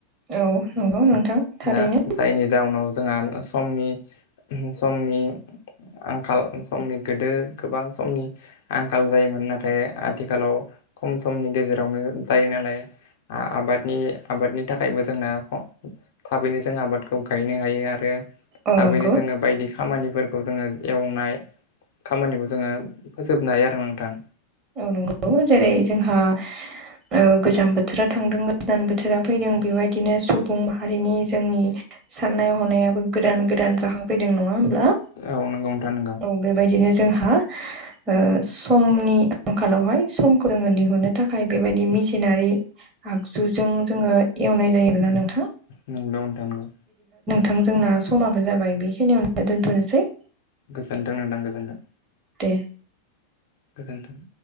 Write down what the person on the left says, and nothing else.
दा जायनि जाउनाव जोंहा समनि समनि आंखाल समनि गोदो गोबां समनि आंखाल जायोमोन नाथाय आथिखालाव खम समनि गेजेरावनो जायो नालाय। आबादनि आबादनि थाखायबो जोंना थाबैनो जों आबादखौ गायनो हायो आरो
थाबैनो
जोङो बायदि खामानिफोर खौ जोङो एवनाय खामानिखौ जोङो फोजोबनो हायो आरो नोंथां।
औ नंगौ नोंथां नंगौ
नोंगौ नोंथां नंगौ।
गोजोनदों नोंथां गोजोनथों।
गोजोनथों।